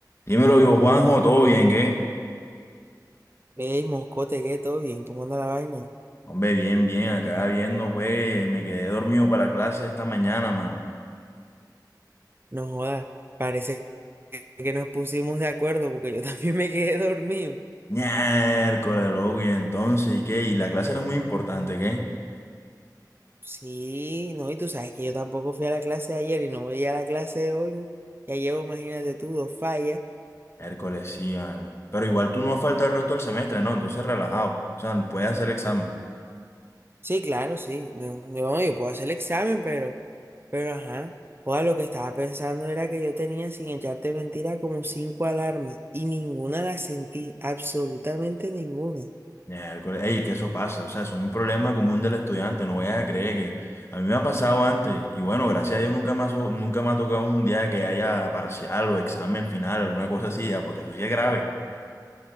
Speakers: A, on the left; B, on the right.
A: Dímelo yo, Juanjo, ¿todo bien, qué?
B: Ey, moscote, ¿qué? ¿Todo bien? ¿Cómo anda la vaina?
A: Hombre, bien, bien, acá viendo, güey, me quedé dormido para la clase esta mañana, mano.
B: No jodas, parece que nos pusimos de acuerdo porque yo <laughs> también me quedé dormido.
A: Miércoles, loco, y entonces, ¿y qué? Y la clase era muy importante, ¿qué?
B: Sí, no, y tú sabes que yo tampoco fui a la clase de ayer y no voy a la clase de hoy. ¿no? Ya llevo, imagínate tú, dos fallas.
A: Miércoles, sí, vale. Pero igual tú no falta el resto del semestre, ¿no? Entonces, relajado. O sea, puedes hacer examen.
B: Sí, claro, sí. No, no, yo puedo hacer el examen, pero, pero ajá. Joda, lo que estaba pensando era que yo tenía, sin echarte mentira, como cinco alarmas y ninguna la sentí, absolutamente ninguna.
A: Miércoles, ey, que eso pasa, o sea, es un problema común del estudiante, no vayas a creer que... A mí me ha pasado antes, y bueno, gracias a Dios nunca me ha, so- nunca me ha tocado un día que haya parcial o examen final, alguna cosa así, ya, porque eso sí es grave.